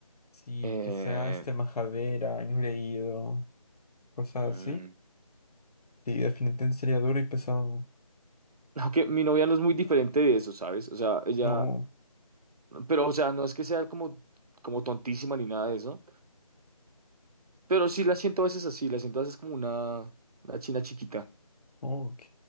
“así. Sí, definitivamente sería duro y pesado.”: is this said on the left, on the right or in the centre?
Left